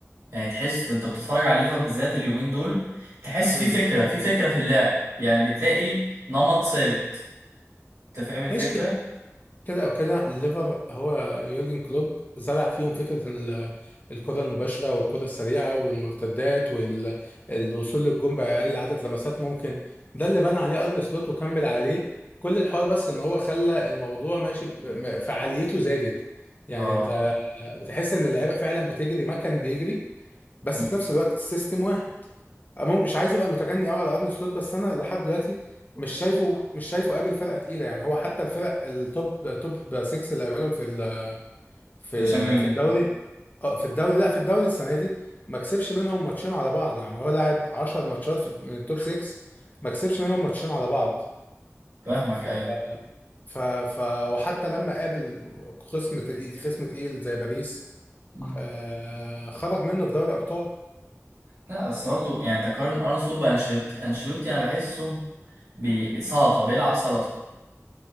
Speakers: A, on the right (about 85°); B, on the left (about 35°).
A: يعني تحس انت بتتفرج على الليفر بالذات اليومين دول تحس في
B: م.
A: فكرة في فكرة في اللعب يعني بتلاقي نمط ثابت انت فاهم الفكرة؟
B: ماشي كده او كده الليفر هو يورجن كلوب زرع فيهم فكره ال- الكره المباشره والكره السريعه والمرتدات والوصول للجون باقل عدد لمسات ممكن ده اللي بنى عليه ارن سلوت وكمل عليه كل الحوار بس ان هو خلى الموضوع ماشي ب- م- فعاليته زادت يعني
A: اه
B: انت بتحس ان اللعيبه فعلا بتجري ما كان بيجري بس
A: مم.
B: في نفس الوقت السيستم واحد مو- مش عايز ابقى متجني قوي على ارن سلوت بس انا لحد دلوقتي مش شايفه مش شايفه قابل فرقه تقيله يعني هو حتى الفرق التوب توب 6 اللي قابلهم في ال في
A: في الشامبيون
B: في
A: ليج
B: الدوري اه في الدوري لا في الدوري السنه دي ما كسبش منهم ماتشين على بعض يعني هو لاعب 10 ماتشات في من التوب 6 ما كسبش منهم ماتشين على بعض
A: فاهمك
B: ف
A: ايوه
B: ف ف وحتى لما قابل خصم تقيل خصم تقيل زي باريس
A: مم.
B: آه خرج منه في دوري ابطال
A: لا بس برضه يعني تقارن ارسنال بانشيلوتي انشيلوتي انا بحسه بي- بسلطة بيلعب سلطة